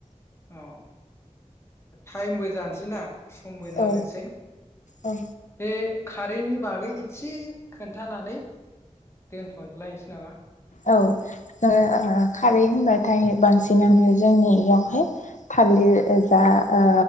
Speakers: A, on the left; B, on the left.
A: अ ओ टाइमबो जानोसै ना। समबो जानोसै
B: औ औ
A: बे खारैनि बागै इदसे खोन्थानानै दोनथ' लायनसै नामा?
B: औ ओ ओ खारै होनबाथाय बांसिनानो जोंनि इयावहाय थालिर ओजा ओ